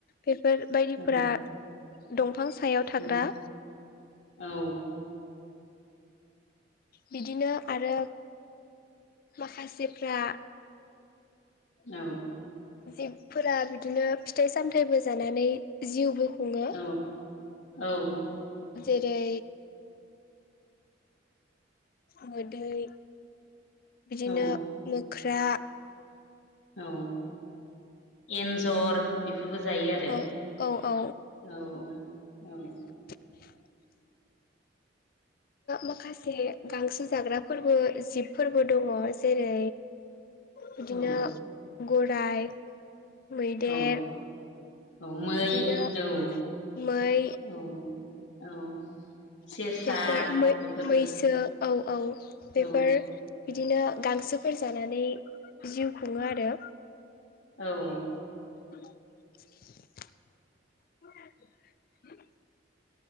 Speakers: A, on the left; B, on the left.
A: बेफोर बायदिफोरा
B: औ
A: दंफां सायाव थाग्रा
B: औ औ
A: बिदिनो आरो माखासेफ्रा
B: औ
A: जिबफोरा बिदिनो फिथाइ सामथायाइबो जानानै जिउबो खुङो
B: औ औ
A: जेरै मोदै बिदिनो
B: औ
A: मोख्रा
B: औ एन्जर बेफोरबो जायो आरो
A: औ औ औ
B: औ औ
A: <inaudible> माखासे गांसो जाग्रा फोरबो जिब फोरबो दङ जेरै बिदिनो
B: औ
A: गराय मैदेर
B: औ औ मै
A: बिदिनो
B: औ
A: मै
B: औ औ सेसा
A: बेफोर
B: बेफोरबो
A: मैसो औ औ बेफोर
B: औ
A: बिदिनो गांसोफोर जानानै जिउ खुङो आरो
B: औ
A: <inaudible>